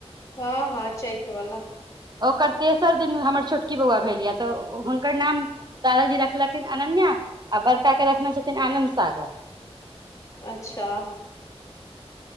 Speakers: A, on the left (about 30°); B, on the right (about 40°).
A: हां हां चैत वला
B: ओकर तेसर दिन हमर छोटकी बौआ भेल ये त हुनकर नाम दादाजी रखलखिन अनन्या आ बड़का के रखने छथिन आनन्द सागर।
A: अच्छा